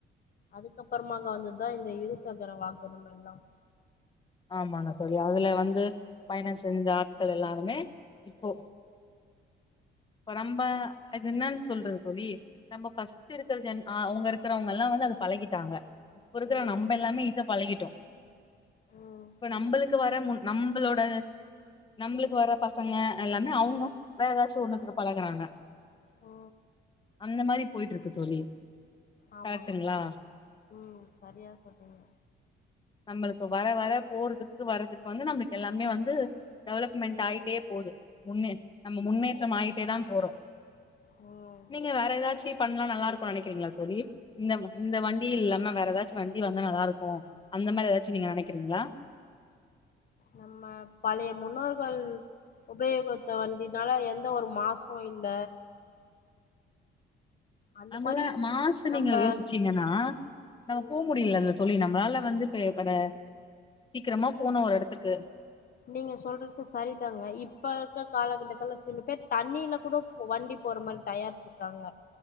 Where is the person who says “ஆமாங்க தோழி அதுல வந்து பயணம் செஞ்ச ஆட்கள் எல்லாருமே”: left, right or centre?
Left